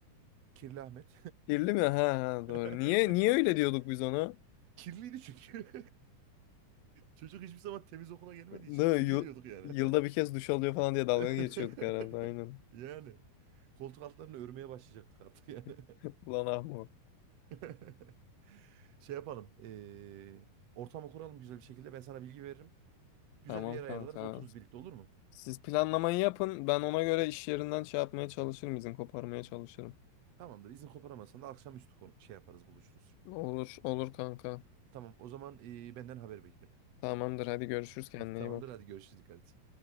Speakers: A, on the right (about 70°); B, on the left (about 80°).
A: Kirli Ahmet.
B: Kirli mi? Ha ha doğru.
A: <laughs>
B: Niye niye öyle diyorduk biz ona?
A: Kirliydi çünkü. <laughs> Çocuk hiçbir zaman temiz okula gelmediği
B: Değil,
A: için kirli
B: mi? yıl
A: diyorduk yani.
B: yılda bir kez duş alıyor falan diye
A: <laughs>
B: dalga geçiyorduk herhalde aynen.
A: Yani. Koltuk altlarını örmeye başlayacaktık artık yani.
B: <laughs> Ulan Ahmet.
A: <laughs> Şey yapalım. eee, ortamı kuralım güzel bir şekilde. Ben sana bilgi veririm. Güzel
B: Tamam
A: bir yer
B: kanka.
A: ayarlarız. Otururuz birlikte olur mu?
B: Siz planlamayı yapın. Ben ona göre iş yerinden şey yapmaya çalışırım. izin koparmaya çalışırım.
A: Tamamdır. İzin koparamazsan da akşamüstü konu şey yaparız buluşuruz.
B: Olur olur kanka.
A: Tamam o zaman eee, benden haber bekle.
B: Tamamdır hadi görüşürüz
A: <laughs>
B: kendine
A: Tamamdır
B: iyi bak.
A: hadi görüşürüz dikkat et.